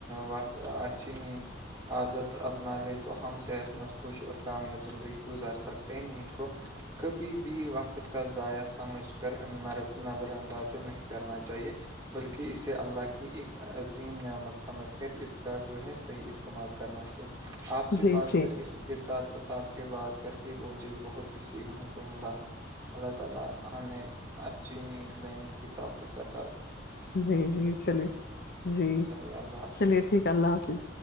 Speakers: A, on the right (about 15°); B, on the left (about 50°).
A: وقت اچھی نیند عادت اپنا لے تو ہم صحت مند خوش اور کامیاب زندگی گزار سکتے ہیں نیند کو کبھی بھی وقت کا ضائع سمجھ کر نظر انداز نہیں کرنا چاہیے بلکہ اسے اللہ کی ایک عظیم نعمت سمجھ کر اس کا جو ہے صحیح استعمال کرنا چاہیے آپ سے
B: جی
A: بات
B: جی
A: کریں اسی کے ساتھ ساتھ آپ کے بات کر کے مجھے بہت ہی سیکھنے کو ملا اللہ تعالی ہمیں اچھی نیند لینے کی توفیق تھا
B: جی جی چلیے جی
A: چلیے اللہ حافظ
B: چلیے ٹھیک ہے اللہ حافظ